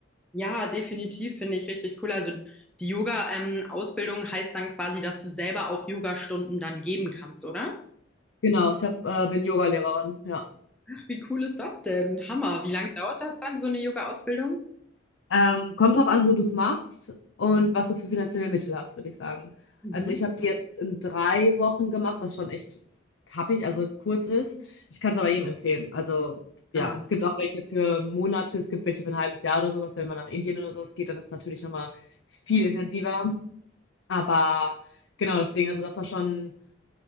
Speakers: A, in the centre; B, on the left.
A: Ja, definitiv finde ich richtig cool. Also die Yoga-Ausbildung heißt dann quasi, dass du selber auch Yogastunden dann geben kannst, oder?
B: Genau, ich hab, äh, bin Yogalehrerin, ja.
A: Ach, Wie cool ist das denn? Hammer. Wie lange dauert das dann, so eine Yoga-Ausbildung?
B: Ähm, kommt drauf an, wo du es machst und was du für finanzielle Mittel hast, würde ich sagen.
A: Mhm.
B: Also ich habe die jetzt in drei Wochen gemacht, was schon echt happig, also kurz ist. Ich kann es aber jedem empfehlen. Also ja,
A: Hammer.
B: es gibt auch welche für Monate, es gibt welche für ein halbes Jahr oder sowas. Wenn man nach Indien oder sowas geht, dann ist es natürlich nochmal viel intensiver. Aber genau, deswegen, also das war schon,